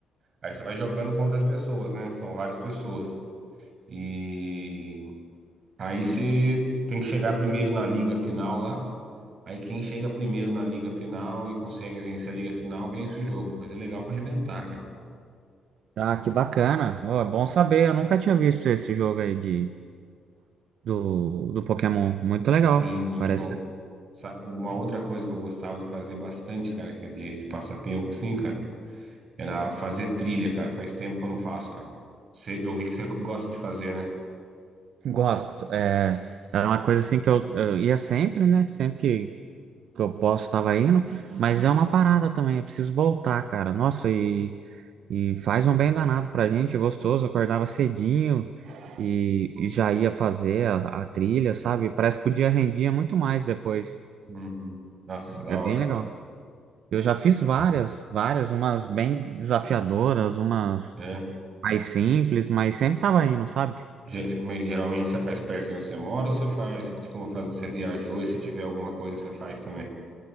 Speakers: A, on the right; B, on the right.
A: Aí você vai jogando contra as pessoas, né? São várias pessoas. E Aí você tem que chegar primeiro na liga final lá. Aí quem chega primeiro na liga final e consegue vencer a liga final, vence o jogo. Mas é legal para arrebentar, cara.
B: Ah, que bacana. Ó, é bom saber, eu nunca tinha visto esse jogo aí de, do, do Pokémon. Muito legal,
A: Sim, muito
B: parece.
A: bom. Sa- Uma outra coisa que eu gostava de fazer bastante, cara, que é de, de passatempo, assim, cara, era fazer trilha, cara. Faz tempo que eu não faço, cara. Você- eu vi que você gosta de fazer, né?
B: Gosto. É, era uma coisa assim que eu, eu ia sempre, né? Sempre que, que eu posso, estava indo. Mas é uma parada também, eu preciso voltar, cara. Nossa, e E faz um bem danado pra gente, gostoso. Acordava cedinho e, e já ia fazer a, a trilha, sabe? Parece que o dia rendia muito mais depois.
A: Uhum. Nossa, da
B: É bem
A: hora,
B: legal.
A: cara.
B: Eu já fiz várias, várias, umas bem desafiadoras, umas
A: É.
B: mais simples, mas sempre tava indo, sabe?
A: Ge- Mas geralmente você faz perto de onde você mora ou você faz, você costuma fazer, você viajou e se tiver alguma coisa você faz também?